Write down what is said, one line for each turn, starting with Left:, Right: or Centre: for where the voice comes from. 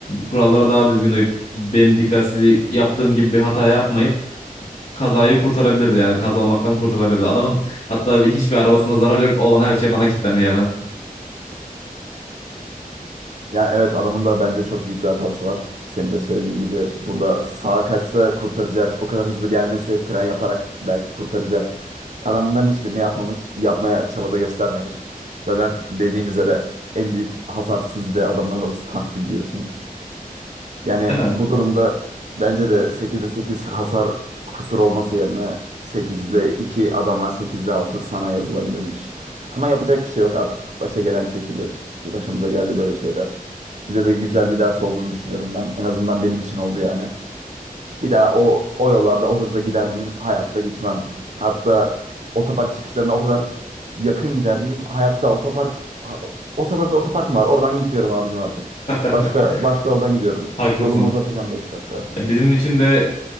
Left: kurallara daha düzgün uyup benim dikkatsizliği yaptığım gibi bir hata yapmayıp kazayı kurtarabilirdi yani kaza olmaktan kurtarabilirdi. Adamın hatta bir- hiçbir arabasında zarar yok olan her şey bana kilitlendi yani.
Right: Yani evet adamın da bence çok büyük bir hatası var. Senin de söylediğin gibi burada sağa kaçsa kurtaracak. O kadar hızlı gelmesi fren yaparak belki kurtaracak. Adam bunların hiçbirini yapmamış. Yapmaya çabada göstermemiş. Zaten dediğin üzere en büyük hasar sizde. Adamın arabası tank gibi diyorsun. Yani
Left: Yani
Right: bu durumda bence de 8'de 8 hasar kusur olması yerine 8'de 2 adama 8'de 6 sana yazılabilirmiş. Ama yapacak bir şey yok artık. Başa gelen çekilir. Başımıza geldi böyle şeyler. Bize de güzel bir ders olduğunu düşünüyorum ben. En azından benim için oldu yani. Bir daha o o yollarda o hızda gider miyim? Hayatta gitmem. Hatta otopark çıkışlarına o kadar yakın gider miyim? Hayatta otopark ha- o sokakta otopark mı var? Oradan gitmiyorum abicim artık.
Left: <laughs>
Right: Başka başka yoldan gidiyorum.
Left: haklısın.
Right: Yolumu uzatacağım 5 dakika.
Left: E, Bizim için de